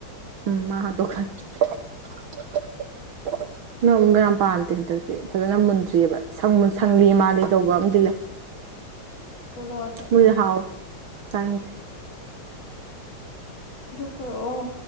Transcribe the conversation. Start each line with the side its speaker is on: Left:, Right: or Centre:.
Right: ꯎꯝ ꯃꯥ ꯍꯟꯗꫭꯛ ꯈ꯭ꯔꯦ ꯍꯩꯅꯧ ꯑꯃꯨꯟꯕ ꯌꯥꯝ ꯄꯥꯟꯗꯦ ꯍꯟꯗꯛꯇꯤ ꯐꯖꯅ ꯃꯨꯟꯗ꯭ꯔꯤꯕ ꯁꯪ ꯁꯪꯂꯤ ꯃꯥꯜꯂꯤ ꯇꯧꯕ ꯑꯃꯗꯤ ꯂꯩ
Left: ꯄꯨꯔꯛꯑꯣ ꯑꯗꯨ
Right: ꯃꫭꯏꯗꫭ ꯍꯥꯎꯋꯦ ꯆꯥꯅꯤꯡꯗꯦ
Left: ꯑꯗꯨ ꯄꯨꯔꯛꯑꯣ